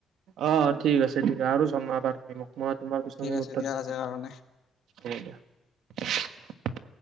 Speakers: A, on the right; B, on the left.
A: অৱ ঠিক আছে ঠিক আছে আৰু জনাবা তুমি মোক মই তোমাৰ উত্তৰ
B: ঠিক আছে দিয়া
A: দিম
B: আজিৰ কাৰণে।
A: হ'ব দিয়া